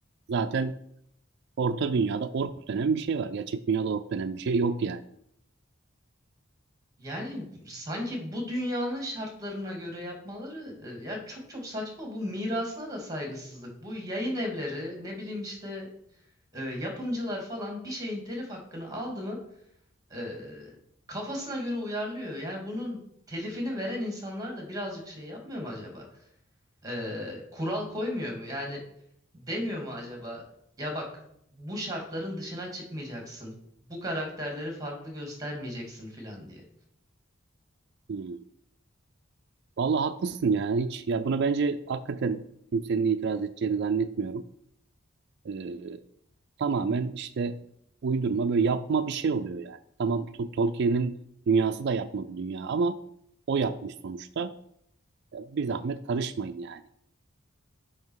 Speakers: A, on the right; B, on the right.
A: Zaten orta dünyada ork denen bir şey var. Gerçek dünyada ork denen bir şey yok yani.
B: Yani sanki bu dünyanın şartlarına göre yapmaları e, ya çok çok saçma. Bu mirasına da saygısızlık. Bu yayın evleri ne bileyim işte e, yapımcılar falan bir şeyin telif hakkını aldı mı e, kafasına göre uyarlıyor. Yani bunun telifini veren insanlar da birazcık şey yapmıyor mu acaba? E, kural koymuyor mu? Yani demiyor mu acaba? Ya bak bu şartların dışına çıkmayacaksın. Bu karakterleri farklı göstermeyeceksin filan diye.
A: Hmm. Vallahi haklısın ya. Hiç ya buna bence hakikaten kimsenin itiraz edeceğini zannetmiyorum. Ee, tamamen işte uydurma böyle yapma bir şey oluyor yani. Tamam To- Tolkien'in dünyası da yapma bir dünya ama o yapmış sonuçta. Ya bir zahmet karışmayın yani.